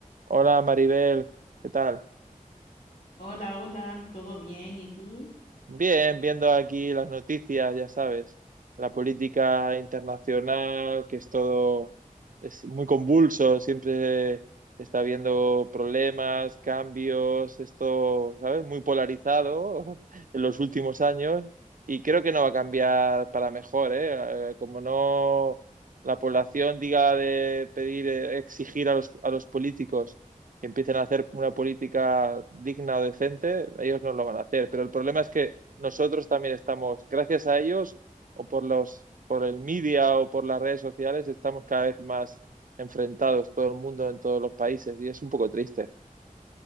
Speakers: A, on the right (about 70°); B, on the left (about 80°).
A: Hola Maribel, ¿qué tal?
B: Hola, hola, ¿todo bien? ¿Y tú?
A: Bien, viendo aquí las noticias, ya sabes, la política internacional, que es todo, es muy convulso, siempre está habiendo problemas, cambios, esto, ¿sabes? Muy polarizado <laughs> en los últimos años y creo que no va a cambiar para mejor, ¿eh? Eh, Como no la población diga de pedir, eh, exigir a los, a los políticos. empiecen a hacer una política digna o decente, ellos no lo van a hacer. Pero el problema es que nosotros también estamos, gracias a ellos, o por los, por el media o por las redes sociales, estamos cada vez más enfrentados, todo el mundo en todos los países, y es un poco triste.